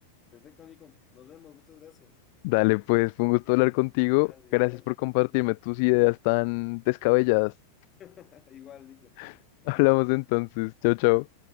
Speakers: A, on the left; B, on the left.
A: Perfecto, Nico. Nos vemos, muchas gracias.
B: Dale, pues fue un gusto hablar contigo.
A: Dale,
B: Gracias
A: igual.
B: por compartirme
A: Bien.
B: tus ideas tan descabelladas.
A: <laughs> Igual, Nico.
B: <laughs>
A: No
B: Hablamos
A: nos vemos.
B: entonces. Chao, chao.